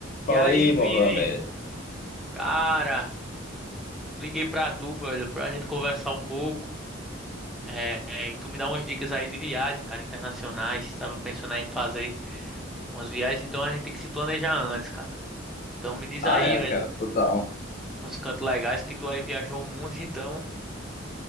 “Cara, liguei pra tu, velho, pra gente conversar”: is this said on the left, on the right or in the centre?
Centre